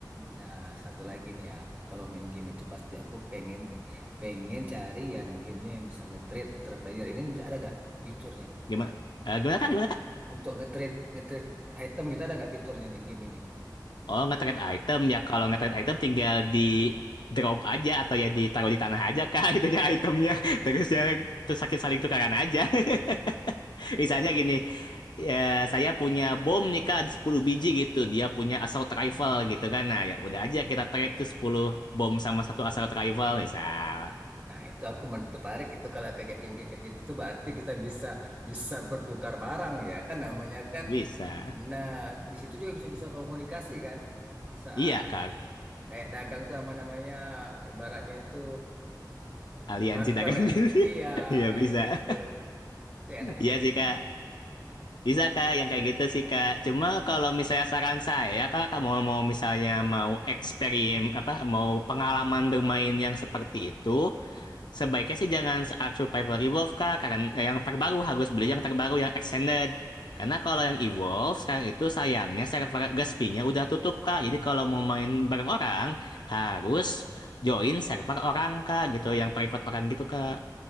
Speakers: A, on the right; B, on the left.
A: Nah, satu lagi nih ya, aku kalau main game itu pasti aku pengen pengen cari yang gamenya yang bisa nge-trade antara player. Ini bisa ada nggak fiturnya?
B: Gimana eh, gimana Kak? Gimana Kak?
A: Untuk nge-trade nge-trade item kita ada nggak fiturnya di game ini?
B: Oh, nge-trade item ya. Kalau nge-trade item tinggal di drop aja atau ya ditaruh di tanah aja kak itunya itemnya. <laughs> Terus ya terus sakit saling tukaran aja. <laughs> Misalnya
A: Oh.
B: gini, ya, saya punya bom nih kak 10 biji gitu. Dia punya assault rifle gitu kan. Nah, ya udah aja kita trade tuh 10 bom sama satu assault rifle misal.
A: Nah, itu aku men- tertarik itu kalau kayak game-game kayak gitu tuh berarti kita bisa bisa bertukar barang ya kan namanya kan.
B: Bisa.
A: Nah, di situ juga bisa bisa komunikasi kan? Bisa
B: Iya kak.
A: Kayak dagang tuh apa namanya? Ibaratnya itu
B: Aliansi
A: barter
B: dagang.
A: ya.
B: <laughs>
A: Iya,
B: Iya
A: kayak
B: bisa.
A: gitu. Itu enaknya
B: Iya
A: kayak
B: sih
A: gitu.
B: kak. Bisa kak, yang kayak gitu sih kak. Cuma kalau misalnya saran saya, kak, kamu mau misalnya mau eksperimen apa, mau pengalaman bermain yang seperti itu, sebaiknya sih jangan Ark Survival Evolve kak, karena eh, yang terbaru harus beli yang terbaru yang extended. Karena kalau yang Evolve sekarang itu sayangnya server Gaspinya udah tutup kak. Jadi kalau mau main bareng orang harus join server orang kak, gitu, yang private orang gitu kak.